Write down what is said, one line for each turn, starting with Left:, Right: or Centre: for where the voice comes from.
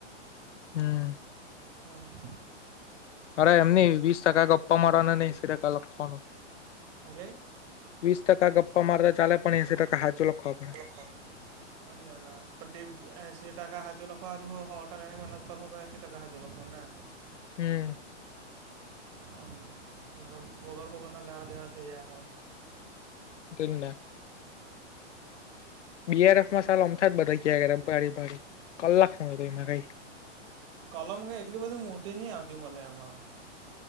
Left: હમ
Right: હમ
Left: અરે એમની વીસ ટકા ગપ્પા મારવાનાને ને એસી ટકા લખવાનું
Right: હું કઈ
Left: વીસ ટકા ગપ્પા મારતા ચાલે પણ એંસી ટકા હાચુ લખવાનું
Right: લખવાનું <unintelligible> પણ એસી ટકા હાજુ લખવા હારુ હો હો ટકાની મહેનત કર તો એસી ટકા હાજુ લખહુ ને <inaudible>
Left: હમ
Right: હમ મતલબ વગર ફોકટના લેવા દેવા થઈ જાહે.
Left: તેજને બીઆરએફમાં
Right: છે
Left: સાલુ આમતા જ બધા કિયા કરે ભારી ભારી કલાક શું હતો એમાં કઈ.
Right: કલમ કે એટલી બધી મોટી નહીં આવતી મલે એમાં